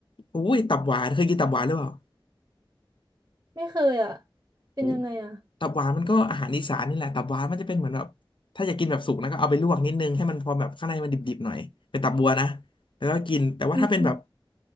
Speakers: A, on the left; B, on the right.
A: อุ้ยตับหวานเคยกินตับหวานหรือเปล่า
B: ไม่เคยอ่ะเป็นยังไงอ่ะ
A: โอ้ตับหวานมันก็อาหารอีสานนี่แหละตับหวานมันจะเป็นเหมือนแบบถ้าอยากกินแบบสุกนะก็เอาไปลวกนิดนึงให้มันพอแบบข้างในมันดิบๆหน่อยเป็นตับบัวนะแล้วก็กินแต่ว่าถ้าเป็นแบบ
B: อืม